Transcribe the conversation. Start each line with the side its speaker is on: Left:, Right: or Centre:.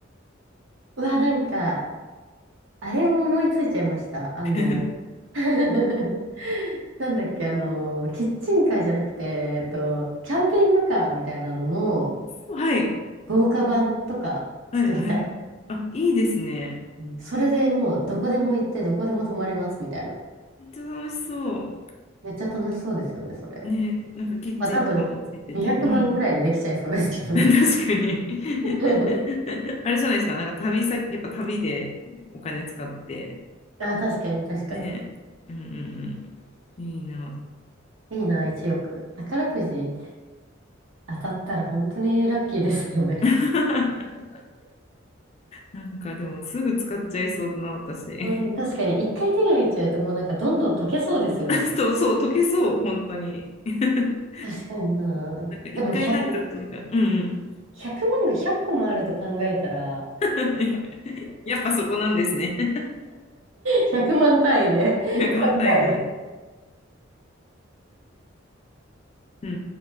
Right: うわ、なんか、あれも思いついちゃいました。あの、
Left: <laughs>
Right: <laughs> なんだっけ、あの、キッチンカーじゃなくて、えっと、キャンピングカーみたいなのの
Left: はい。
Right: 豪華版とか作りたい。
Left: はいはいはい。あ、いいですね。
Right: うんそれでもうどこでも行ってどこでも泊まれますみたいな。
Left: めっちゃ楽しそ
Right: めっちゃ楽しそうですよね、それ。
Left: う。ね、なんかキッチンとかもついてて。
Right: まあ多分200万ぐらいでできちゃいそうですけどね。
Left: うん。<laughs> 確かに
Right: <laughs>
Left: <laughs> あれじゃないですか、なんか旅先、やっぱ旅でお金使って。
Right: あ、確かに確かに。
Left: ねうんうんうん。いいな。
Right: いいな、1億。宝くじ当たったら本当にラッキーですよね。
Left: <laughs> なんかでもすぐ使っちゃいそうだな、私。
Right: うん、確かに一回手に入っちゃうともうなんかどんどん溶けそうですよね。
Left: <laughs> そう、そう、溶けそう、本当に。<laughs>
Right: 確かにな。
Left: なんか一回なんかというか、
Right: でも100、
Left: うんうん。
Right: 100万が100個もあると考えたら
Left: <laughs> やっぱそこなんですね。<laughs>
Right: 100万 <laughs> 単位で
Left: 100万単位で。
Right: 考える。
Left: うん